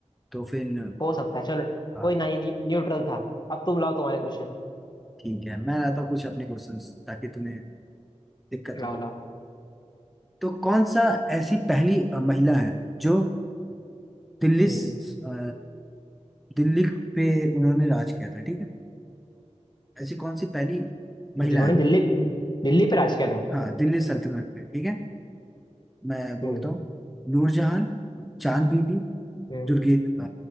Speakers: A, in the centre; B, on the left.
A: तो फिर
B: हो सकता है चलो
A: हाँ
B: कोई ना ये न्यू- न्यूट्रल था अब तुम लाओ तुम्हारे क्वेश्चन
A: ठीक है मैं लाता हूँ कुछ अपने क्वेश्चंस ताकि तुम्हें दिक्कत
B: लाओ
A: हो
B: लाओ
A: तो कौन सा ऐसी पहली अ, महिला है जो दिल्ली
B: हम्म
A: स- अ, दिल्ली पे उन्होंने राज किया था ठीक है ऐसी कौन सी पहली महिला
B: जिन्होंने
A: है
B: दिल्ली दिल्ली पे राज किया था
A: हाँ दिल्ली सल्तनत पे ठीक है मैं बोलता
B: हम्म
A: हूँ नूरजहां चांद बीबी
B: हम्म
A: दुर्गे अ,